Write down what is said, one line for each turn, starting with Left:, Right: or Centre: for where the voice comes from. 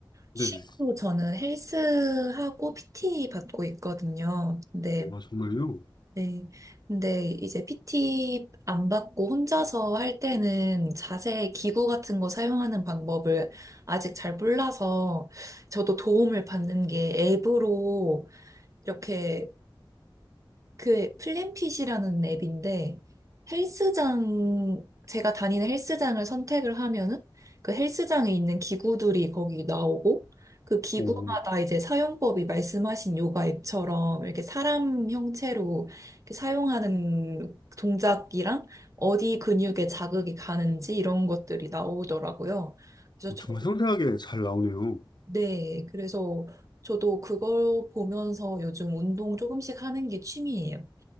Left: 네네.
Right: 취미로 저는 헬스하고 PT 받고 있거든요. 근데,
Left: 와, 정말요?
Right: 네. 근데 이제 PT 안 받고 혼자서 할 때는 자세 기구 같은 거 사용하는 방법을 아직 잘 몰라서 저도 도움을 받는 게 앱으로 이렇게 그 플랜핏이라는 앱인데 헬스장 제가 다니는 헬스장을 선택을 하면은 그 헬스장에 있는 기구들이 거기 나오고 그 기구마다
Left: 오.
Right: 이제 사용법이 말씀하신 요가 앱처럼 이렇게 사람 형체로 이렇게 사용하는 동작이랑 어디 근육에 자극이 가는지 이런 것들이 나오더라고요. 그래서 저,
Left: 정말 섬세하게 잘 나오네요.
Right: 네, 그래서 저도 그걸 보면서 요즘 운동 조금씩 하는 게 취미예요.